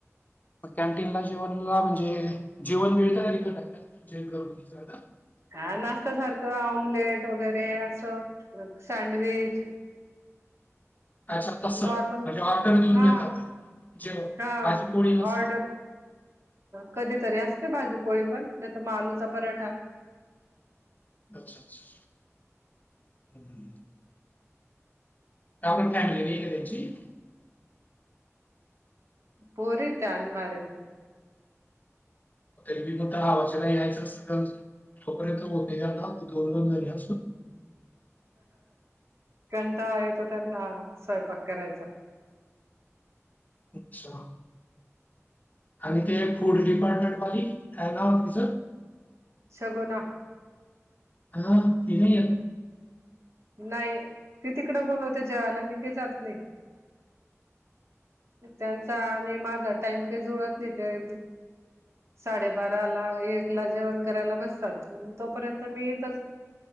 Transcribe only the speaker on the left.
कॅन्टीनला जेवणला म्हणजे जेवण मिळतं का तिथं <unintelligible>
अच्छा तस, म्हणजे
ऑर्डर देऊन
घेतात जेवन,
भाजी पोळी नसते?
अच्छा अच्छा, हम. <unintelligible>
<unintelligible>
अच्छा. आणि ते फूड डिपार्टमेंट वाली काय नावं तीच.
हा तिन नाही येत.
हं.